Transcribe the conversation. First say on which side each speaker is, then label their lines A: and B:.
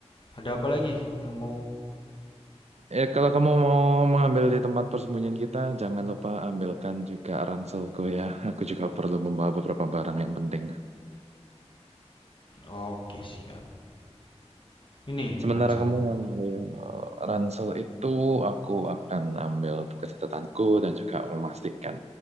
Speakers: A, on the left; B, on the right.
A: Ada apa lagi yang mau?
B: Ya, kalau kamu mau mengambil di tempat persembunyian kita, jangan lupa ambilkan juga ranselku ya. Aku juga perlu membawa beberapa barang yang penting.
A: Oke, siap. Ini
B: Sementara
A: ranselmu.
B: kamu ambil eh, ransel itu, aku akan ambil buku catatanku dan juga memastikan